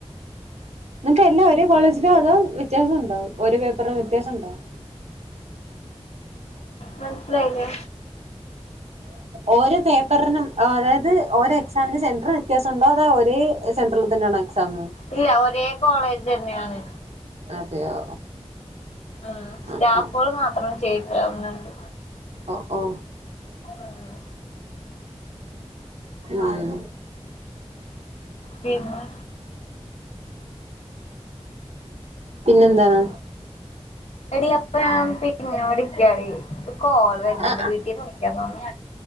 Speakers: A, on the right (about 70°); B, on the left (about 70°).
A: നിനക്ക് എല്ല ഒരേ കോളേജിലും അതോ വ്യത്യാസംണ്ടാവും രേ പേപ്പറിലും വ്യത്യാസം ഉണ്ടാവും
B: മനസിലായില്ലേ
A: ഓരോ പേപ്പറിനും അതായത് ഓര എക്സമിന് സെൻററിൽ്യത്യാസംണ്ട അത ഒരേ സെൻററിൽ തന്നെയാണ് സമ
B: ഇല്ല ഒരേ കോളേജ് തന്നെയാണ്
A: അതെയോ
B: ഉം സ്റ്റാഫുകൾ
A: ആഹ് ആഹ്
B: മാത്രം ചെയ്താവുന്നുണ്ട്
A: ഓ ഓഓ
B: ഉം
A: ആഹ
B: പിന്നെ
A: പിന്നെ എന്താണ്
B: എടി അപ്പൊ ഞാൻ പിന്നെവിളിക്കാടി കോള് വരുന്നുണ്ട്
A: ആ ആ
B: വീട്ടീന്ന് വിളിക്കാ തോന്നുന്നു